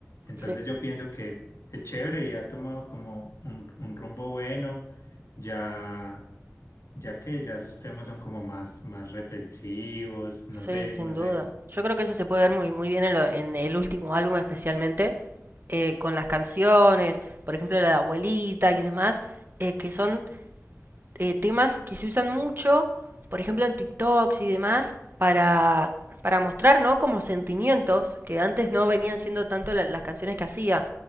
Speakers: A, on the left (about 75°); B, on the right (about 40°).
A: Entonces
B: Sí,
A: yo pienso que es chévere y ha tomado como un, un rumbo bueno, ya, ya que ya sus temas son como más, más reflexivos, no
B: sí,
A: sé,
B: sin
A: no
B: duda.
A: sé.
B: Yo creo que eso se puede ver muy, muy bien en, lo- en el último álbum especialmente, eh, con las canciones, por ejemplo, la de abuelita y demás, eh, que son eh, temas que se usan mucho, por ejemplo en TikToks y demás, para, para mostrar, ¿no? Como sentimientos que antes no venían siendo tanto la- las canciones que hacía.